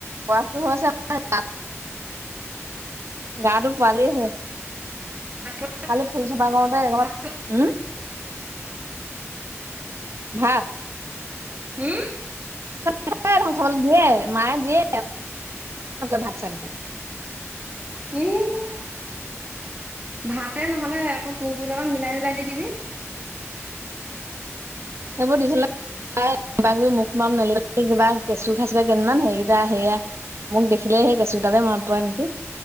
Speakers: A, on the right; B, on the right.
A: বয়সটো হৈছে, গাটো পোৱালি।
B: খা
A: কালি ফুল চপা কৰোতে এনকা
B: ভাত
A: উম'। ভাত।
B: হুম।
A: য়ে ধান খাবলৈ দিয়ে, মায়ে দিয়ে ভাত চাত
B: উম ভাতে নহ'লে আকৌ। তুংগুৰি লগত মিলাই মিলাই দি দিবি।
A: সেইবোৰ দি থলে খাই কিবা কিবি মুখ খন মেলিবলে নে কিবা কেঁচু খাইচা কেইমান হেৰিকেইটা সেয়া মোক দেখিলে সেই কেঁচুডালে মনত পৰে নেকি?